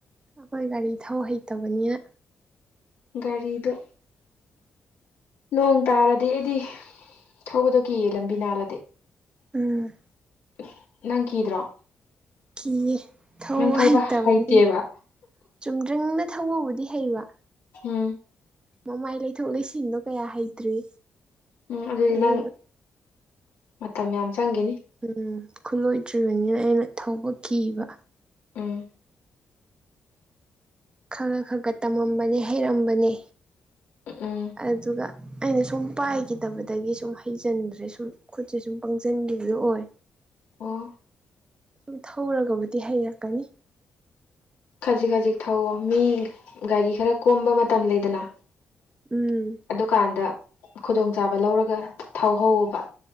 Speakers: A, on the right; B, on the left.
A: ꯑꯩꯈꯣꯏ ꯒꯥꯔꯤ ꯊꯧ ꯍꯩꯇꯕꯅꯤꯅ
B: ꯒꯥꯔꯤꯗꯨ ꯅꯣꯡ ꯇꯥꯔꯗꯤ ꯑꯩꯗꯤ ꯊꯧꯕꯗꯣ ꯀꯤ ꯌꯦꯜꯂꯝꯕꯤ ꯅꯥꯜꯂꯗꯤ
A: ꯎꯝ
B: ꯑꯦ ꯅꯪ ꯀꯤꯗ꯭ꯔꯣ
A: ꯀꯤꯌꯦ ꯊꯧꯕ
B: ꯅꯪ
A: ꯍꯩꯇꯕꯅꯤꯅ
B: ꯍꯩꯇꯦꯕ
A: ꯆꯨꯝꯗ꯭ꯔꯤꯡꯅ ꯊꯧꯕꯕꯨꯗꯤ ꯍꯩꯕ
B: ꯎꯝ
A: ꯃꯃꯥꯏ ꯂꯩꯊꯣꯛ ꯂꯩꯁꯤꯟꯕꯣ ꯀꯌꯥ ꯍꯩꯇ꯭ꯔꯤ
B: ꯎꯝ ꯑꯗꯨꯗꯤ
A: ꯑꯗꯨꯅ
B: ꯅꯪ ꯃꯇꯝ ꯌꯥꯝ ꯆꯪꯒꯤꯅꯤ
A: ꯎꯝ ꯈꯨꯠꯂꯣꯏꯗ꯭ꯔꯤꯕꯥꯅꯤꯅ ꯑꯩꯅ ꯊꯧꯕ ꯀꯤꯕ
B: ꯎꯝ
A: ꯈꯔ ꯈ ꯒ ꯇꯝꯃꯝꯕꯅꯦ ꯍꯩꯔꯝꯕꯅꯦ
B: ꯎꯝ
A: ꯑꯗꯨꯒ ꯑꯩꯅ ꯁꯨꯝ ꯄꯥꯏꯈꯤꯗꯕꯗꯒꯤ ꯁꯨꯝ ꯍꯩꯖꯤꯟꯗ꯭ꯔꯦ ꯁꯨꯝ ꯈꯨꯠꯁꯦ ꯁꯨꯝ ꯄꯪꯁꯤꯟꯈꯤꯕ ꯑꯣꯏ
B: ꯑꯣ
A: ꯁꯨꯝ ꯊꯧꯔꯒꯥꯕꯨꯗꯤ ꯍꯩꯔꯛꯀꯅꯤ
B: ꯈꯖꯤꯛ ꯈꯖꯤꯛ ꯊꯧꯑꯣ ꯃꯤ ꯒꯥꯔꯤ ꯈꯔ ꯀꯣꯝꯕ ꯃꯇꯝ ꯂꯩꯗꯅ
A: ꯎꯝ
B: ꯑꯗꯨꯀꯥꯟꯗ ꯈꯨꯗꯣꯡꯆꯥꯥꯕ ꯂꯧꯔꯒ ꯊꯧꯍꯧꯕ